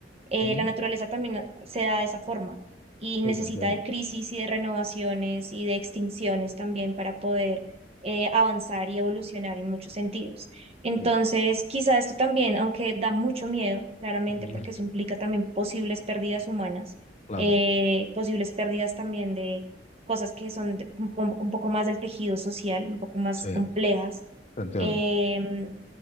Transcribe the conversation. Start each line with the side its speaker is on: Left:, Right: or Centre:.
Right: eh,
Left: ujú,
Right: la naturaleza también se da de esa forma y
Left: sí,
Right: necesita
Left: te entiendo.
Right: de crisis y de renovaciones y de extinciones también para poder eh, avanzar y evolucionar en muchos sentidos. Entonces,
Left: Sí,
Right: quizá esto también, aunque da mucho miedo, claramente,
Left: ujú,
Right: porque eso implica también posibles pérdidas humanas,
Left: claro,
Right: eh, posibles pérdidas también de cosas que son de- un, po- un poco más del tejido social, un poco más
Left: sí,
Right: complejas.
Left: te entiendo,
Right: em,